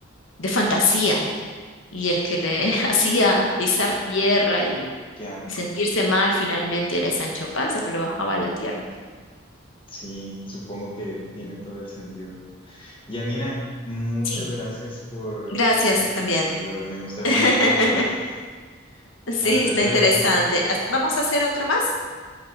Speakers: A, on the left; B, on the left.
A: de fantasía y el que le <laughs> hacía pisar tierra y,
B: ya.
A: y sentirse mal finalmente era el Sancho Panza, pero lo bajaba a la tierra.
B: Sí, supongo que tiene todo el sentido. Yanina, muchas
A: Sí,
B: gracias por
A: gracias
B: tus enseñanzas,
A: también.
B: la verdad, me gustaron
A: <laughs>
B: mucho las frases.
A: Sí,
B: Hasta
A: está
B: luego.
A: interesante. As- ¿Vamos a hacer otra más?